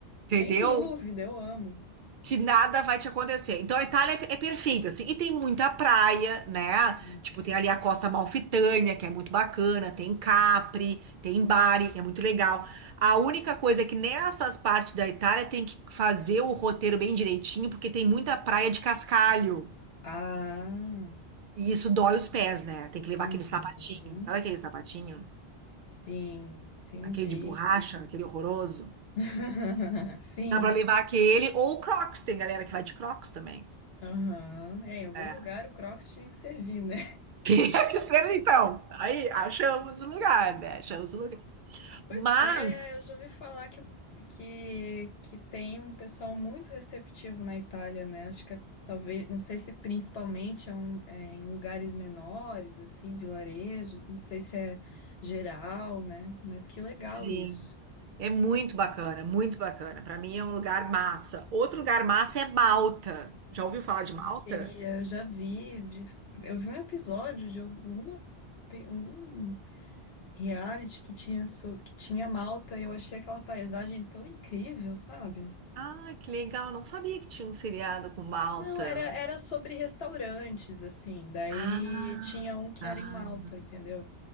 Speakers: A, on the right; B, on the left.
A: entendeu?
B: Sem dúvida, eu amo.
A: Que nada vai te acontecer. Então a Itália é, pe- é perfeita, assim, e tem muita praia, né?
B: Uhum.
A: Tipo, tem ali a Costa Amalfitânia, que é muito bacana, tem Capri, tem Bari, que é muito legal. A única coisa é que nessas partes da Itália tem que fazer o roteiro bem direitinho, porque tem muita praia de cascalho.
B: Ah,
A: E isso dói os pés, né? Tem que levar
B: uhum.
A: aquele sapatinho. Sabe aquele sapatinho?
B: Sim, entendi.
A: Aquele de borracha, aquele horroroso.
B: <laughs> Sim.
A: Dá pra levar aquele ou o Crocs. Tem galera que vai de Crocs também.
B: Aham. É, em algum
A: É.
B: lugar
A: <laughs>
B: o Crocs tinha que servir, né?
A: Tinha que ser então. Aí, achamos o lugar, né? Achamos o lugar.
B: Pois
A: Mas,
B: é, eu já ouvi falar que, que, que tem um pessoal muito receptivo na Itália, né? Acho que é, talvez, não sei se principalmente é, um- é em lugares menores, assim, vilarejos, não sei se é geral, né? Mas que legal
A: sim,
B: isso.
A: é muito bacana, muito bacana. Pra mim é um lugar massa. Outro lugar massa é Malta. Já ouviu falar de Malta?
B: Queria, eu já vi, de- eu vi um episódio de alguma, pe- algum reality que tinha, so- que tinha Malta e eu achei aquela paisagem tão incrível, sabe?
A: Ah, que legal. Não sabia que tinha um seriado com Malta.
B: Não, era, era sobre restaurantes, assim. Daí
A: Ah,
B: tinha um que
A: ah,
B: era em Malta, entendeu?